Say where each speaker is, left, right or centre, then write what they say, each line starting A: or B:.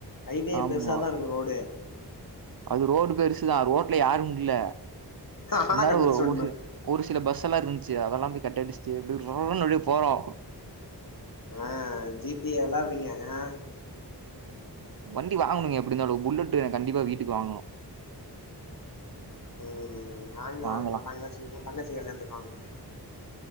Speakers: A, on the left; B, on the right.
A: ஹைவே
B: ஆமா
A: பெருசாதாருக்கு ரோடு
B: அது ரோடு பெருசுதா ரோட்ல யாரும இல்ல
A: ஆனா
B: இருந்தாலு
A: கட் அடிச்சு ஓட்டனு
B: ஒரு சி ஒரு சில பஸ்ஸல்லா இருந்ச்சு அதெல்லா அப்டி கட்டடிச்சிட்டு அப்டே <unintelligible> நொழைய போறோ
A: ஆ ஜி டி வெளாரிங்க ஆ
B: வண்டி வாங்கணுங்க எப்புடிந்தாலு புல்லட்டு கண்டிப்பா வீட்டுக்கு வாங்கணு
A: ம் வாங்கு
B: வாங்கலாம்
A: வாங்கு உங்க தங்கச்சி உ தங்கச்சி கல்யாணத்துக் வாங்குங்க